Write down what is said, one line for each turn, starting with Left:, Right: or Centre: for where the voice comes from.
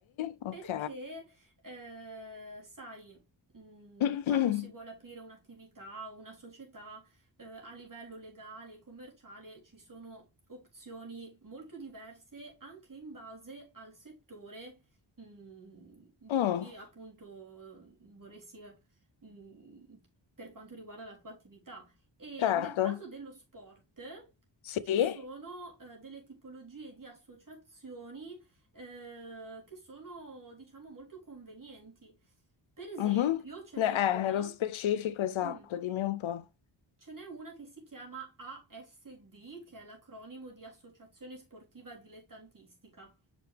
Left: ok.
Right: Perché, eh, sai, mh,
Left: <clears throat>
Right: quando si vuole aprire un'attività o una società, eh, a livello legale e commerciale ci sono opzioni molto diverse anche in base al settore, mh, di
Left: Mm,
Right: cui appunto vorresti, eh, mh, per quanto riguarda la tua attività. E
Left: certo,
Right: nel caso dello sport
Left: sì,
Right: ci sono eh, delle tipologie di associazioni eh, che sono, diciamo, molto convenienti. Per esempio,
Left: mhm.
Right: ce
Left: Ne-
Right: n'è una,
Left: eh, nello specifico esatto,
Right: mm,
Left: dimmi un po'.
Right: ce n'è una che si chiama ASD, che è l'acronimo di Associazione Sportiva Dilettantistica.